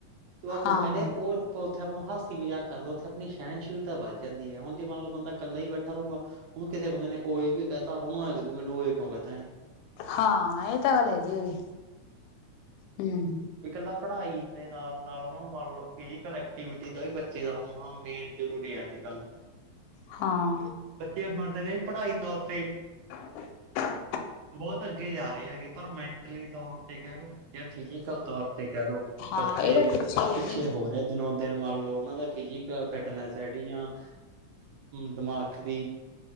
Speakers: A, on the right; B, on the left.
A: ਤੇ ਉਹ ਆਪਾਂ
B: ਹਾਂ
A: ਨੂੰ, ਕਹਿਣੇ ਆ ਓਹ ਉੱਥੇ ਆਪ ਨੂੰ, ਹਾਸੀ ਮਜ਼ਾਕ ਕਰ ਲਉੱ, ਆਪਣੀ ਸਹਿਣਸੀਲਤਾ ਵੱਧ ਜਾਂਦੀ ਹੈ, ਹੁਣ ਜੇ ਮੰਨ ਲਓ ਬੰਦਾ ਇਕੱਲਾ ਹੀ, ਬੈਠਾ ਰੂਗਾ। ਉਹਨੂੰ ਕਿਸੇ ਬੰਦੇ ਨੇ ਉਏ ਵੀ ਕਹਿਤਾ ਉਹਨੂੰ ਐਂ ਲੱਗੂ, ਮੈਨੂੰ ਉਂਏ ਕਿਉਂ ਕਹਿਤਾ, ਇਹਨੇ।
B: ਹਾਂ, ਇਹ ਤਾਂ ਹਾਲ ਏ ਹੈ ਜੀ, ਹੂੰ।
A: ਇਕਲਾ ਪੜਾਈ, ਦੇ ਨਾਲ -ਨਾਲ ਉਹਨਾ ਨੂੰ ਮੰਨ ਲਓ, ਫਿਜ਼ੀਕਲ ਐਕਟੀਵਿਟੀ, ਦਾ ਵੀ ਬੱਚੇ ਦਾ ਹੋਣਾ, ਮੇਨ ਜ਼ਰੂਰੀ ਐ, ਅੱਜਕੱਲ।
B: ਹਾਂ।
A: ਬੱਚੇ, ਬਡ ਦੇ ਰਹੇ ਪੜਾਈ ਤੌਰ ਤੇ
B: ਹਾ।
A: ਬਹੁਤ ਅੱਗੇ ਜਾ ਰਹੇ ਹੈਗੇ ਪਰ ਮੈਂਟਲੀ ਤੌਰ ਤੇ ਕਹਿ ਲਓ। ਜਾਂ ਫਿਜੀਕਲ ਤੌਰ ਤੇ ਕਹਿ ਲਓ
B: ਹਾਂ
A: ਬੱਚੇ
B: ਇਹਦਾ ਹੀ
A: ਪਿੱਛੇ
B: ਹੈ
A: ਹੋ ਰਹੇ। ਦਿਨੋ- ਦਿਨ ਮੰਨ ਲਓ ਉਹਨਾਂ ਦਾ ਫਿਜ਼ਕਲ ਫਿਟਨੈਸ ਹੈ ਜਾਂ ਦਿਮਾਗ ਦੀ।